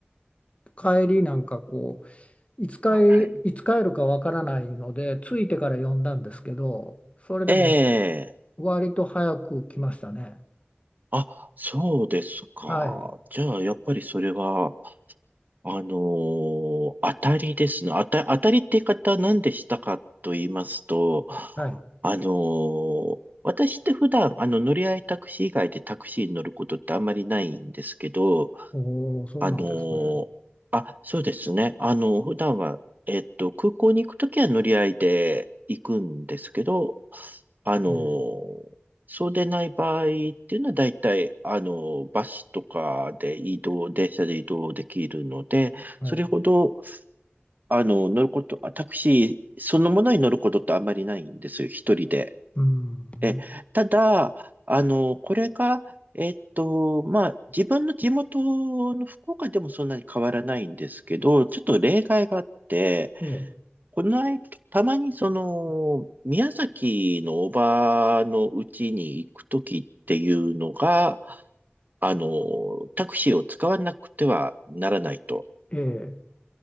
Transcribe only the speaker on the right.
あはい。
ええ
あ、そうですか。
じゃあ、やっぱりそれは、あのー当たりですね。当た、当たりって言い方は何でしたかと言いますと、
あのー私って普段、あの、乗り合いタクシー以外でタクシーに乗ることってあんまりないんですけど、
あのーあ、そうですね。あの、普段は、えっと、空港に行くときは乗り合いで行くんですけど、あのーそうでない場合っていうのは大体、
あのーバスとかで移動、電車で移動できるので、
それほど、あの、乗ること、あタクシーそのものに乗ることってあんまりないんですよ。一人で。
え、ただ、あの、これが、えっと、まあ、自分の地元の福岡でもそんなに変わらないんですけど、ちょっと例外があって、
この間、たまにその、宮崎のおばのうちに行くときっていうのが、あの、タクシーを使わなくてはならないと